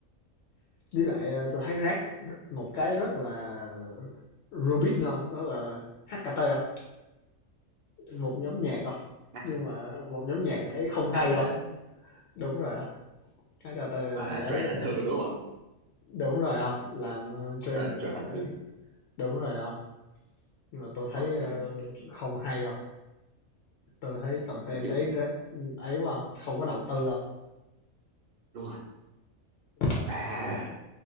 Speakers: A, on the left; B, on the right.
A: Với lại ờ, tôi thấy rác một cái rất là Rubik nữa không? Đó là HKT không? Một nhóm nhạc không?
B: H-
A: Nhưng mà một nhóm nhạc đấy không hay
B: HRT
A: không? Đúng rồi không? HKT
B: à,
A: đấy
B: trend hành
A: ờ,
B: thương đúng không
A: đúng rồi không? Làm ờ, trend
B: trend trend
A: gọi
B: hành
A: là
B: thương
A: đúng rồi không? Nhưng mà tôi thấy
B: ok
A: ờ, không hay không? Tôi thấy content
B: nói chung
A: đấy ra ấy quá hông? Không có đầu tư không
B: đúng rồi
A: Và
B: à
A: cũng vẫn